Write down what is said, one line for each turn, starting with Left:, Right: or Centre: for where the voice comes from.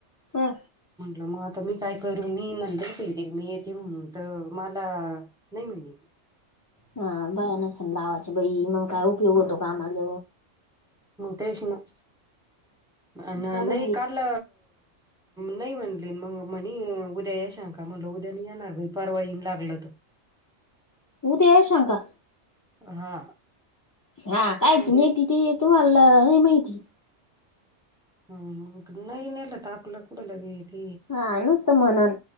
Left: ह
Centre: मग आता मी काय करू मी मंडर फेतील मी येते म्हणून तर मला नाही म्हहिन
Left: हा बया नस ना लाावाची बई मग काय उपयोग होतो कामाज
Centre: तेच ना
Left: काढून
Centre: नाही
Left: घे
Centre: काल नाई म्हंली मग म्हणे उद्या येशां का म्हणल उद्याने येणार भाई परवा येन लागलं त
Left: उदया येशंका
Centre: हा
Left: हा काइच
Centre: उद्या
Left: निती ती तुमाला नहीं माइती
Centre: हम् ग नईनेल तपला कुडल नेल
Left: ह नुसत म्हणून